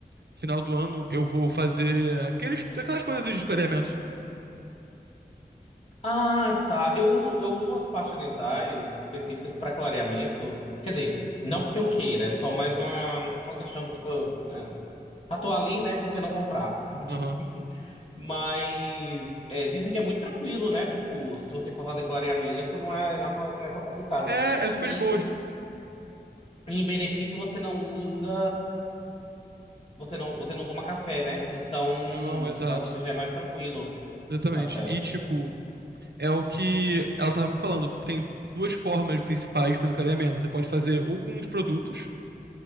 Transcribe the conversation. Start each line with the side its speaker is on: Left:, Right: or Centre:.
Right: Final do ano eu vou fazer aqueles, aquelas coisas de clareamento.
Left: Ah, tá. Eu uso, eu uso umas pastas dentais específicas para clareamento. Quer dizer, não porque eu queira, é só mais uma, uma questão, tipo, é, ah, ali, né? Por que não comprar? <laughs>
Right: Aham.
Left: Mas é, dizem que é muito tranquilo, né? Tipo, se você for fazer clareamento, não é, não é tão, não é tão complicado.
Right: É, é super
Left: E
Right: de boas.
Left: em benefício, você não usa. Você não, você não toma café, né? Então,
Right: Não, exato.
Left: para você já é mais tranquilo,
Right: Exatamente.
Left: até.
Right: E, tipo, é o que ela tava me falando, porque tem duas formas principais de fazer o clareamento. Você pode fazer ou com os produtos